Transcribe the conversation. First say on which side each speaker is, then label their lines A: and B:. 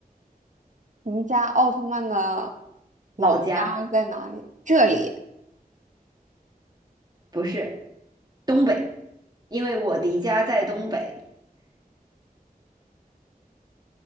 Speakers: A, on the right (about 55°); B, on the right (about 25°).
A: 您家奥特曼的老家在哪里？
B: 老家
A: 这里。
B: 不是东北，因为我迪迦在东北。